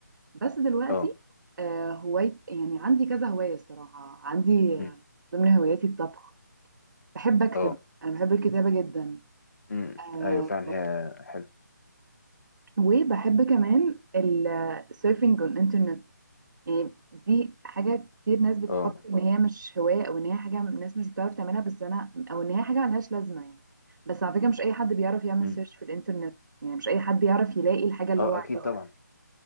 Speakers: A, on the right (about 75°); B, on the left (about 60°).
A: بس دلوقتي
B: اه
A: آه هواي يعني عندي كذا هواية الصراحة عندي
B: مم.
A: آه، ضمن هواياتي الطبخ بحب أكتب
B: اه
A: أنا بحب الكتابة جدا
B: امم
A: آه
B: ايوه فعلا هي حلو
A: وبحب كمان السيرفنج on الإنترنت يعني دي حاجة كتير ناس بتفكر
B: اه
A: إن هي مش هواية أو إن هي حاجة الناس مش بتعرف تعملها بس أنا أو إن هي حاجة ملهاش لازمة يعني بس على فكرة مش أي حد بيعرف يعمل
B: امم
A: سيرش في الإنترنت يعني مش أي حد يعرف يلاقي الحاجة اللي
B: اه
A: هو عايزها
B: اكيد طبعا